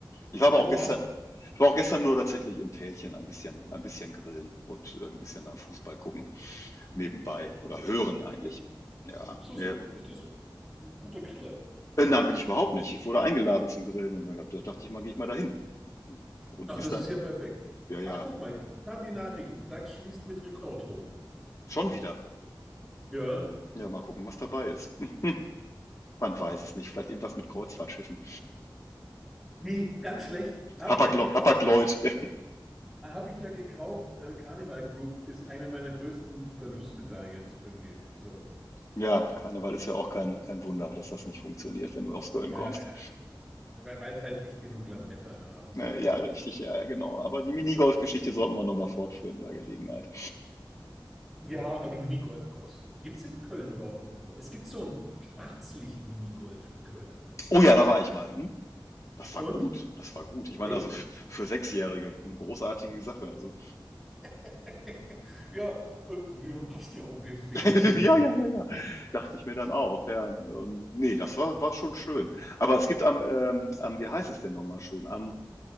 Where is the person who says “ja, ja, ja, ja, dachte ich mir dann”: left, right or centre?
Left